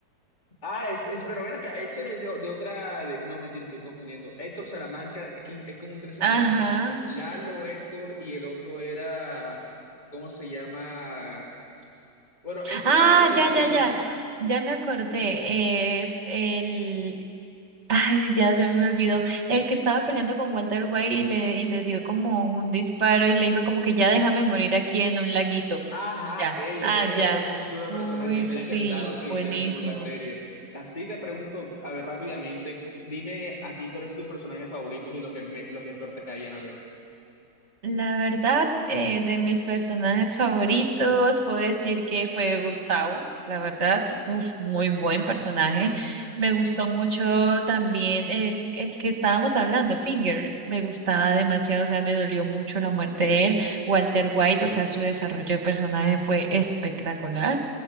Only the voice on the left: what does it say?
Ah, es, es, pero ven acá, Héctor es de, de otra, de- no, mentira, estoy confundiendo. Héctor Salamanca, aquí hay como tres Salamanca.
Lalo, Héctor y el otro era, ¿cómo se llama? Bueno, Héctor
es es- es
la silla.
Ajá,
él,
él
me pareció un super
personaje, me hubiera encantado
que le
hicieran su propia serie. Así te pregunto, a ver, rápidamente, dime a ti cuáles son tus personajes favoritos y los que, me, los que peor te caían, a ver.